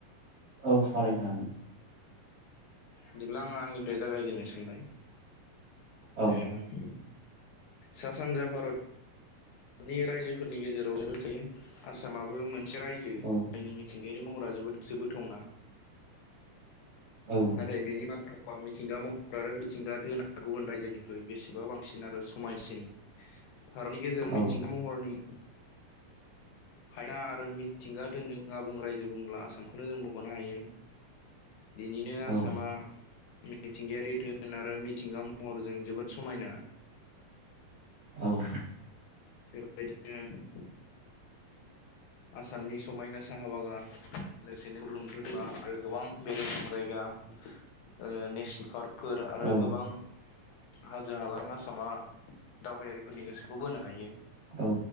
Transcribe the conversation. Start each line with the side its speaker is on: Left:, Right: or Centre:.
Right: औ सावरायनो हागोन
Left: बिदिब्ला आङो आंनिफ्राय जागायजेननो सानबाय
Right: हागोन
Left: ओ सा सानजा भारत नि रायजोफोरनि गेजेराव जों मोनसे <unintelligible> आसामाबो मोन से रायजो जायनि
Right: औ
Left: मिथिंगायारि महरा जोबोद गोसो बोथावना
Right: औ
Left: नाथाय बेनि बागै <unintelligible> आबहावा मिथिंगा महर आरो मिथिंगा धोना गुबुन रायजोनिख्रुइ बेसेबा बांसिन आरो समायनासिन
Right: <inaudible>
Left: भारतनि गेजेराव
Right: औ
Left: मिथिंगा महरनि हायना आरो मिथिंगा दोनदों आबुं रायजो बुंब्ला आसामखौनो जों मख'नो हायो बिनिनो आसामा
Right: औ
Left: मिथिंगायारि दोन आरो मिथिंगा महरजों जोबोद समायना
Right: औ
Left: बेबायदिनो आसामनि समायना साहा बागान लोगोसेनो बुरलुं <unintelligible> आरो गोबां बेरायथाव जायगा ओ नेसनेल पार्क <unintelligible> फोर आरो
Right: औ
Left: गोबां हाजो हाला आसामा दावबायारिफोरनि गोसोखौ बोनो हायो
Right: औ